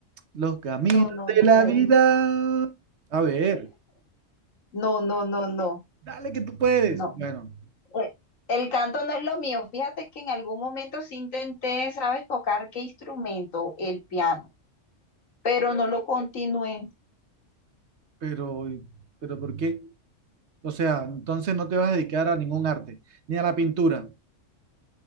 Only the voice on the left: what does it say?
no, no, no
puedo,
no, no, no, no,
no.
Eh, El canto no es lo mío. Fíjate que en algún momento sí intenté, ¿sabes? Tocar qué instrumento, el piano, pero no lo continué.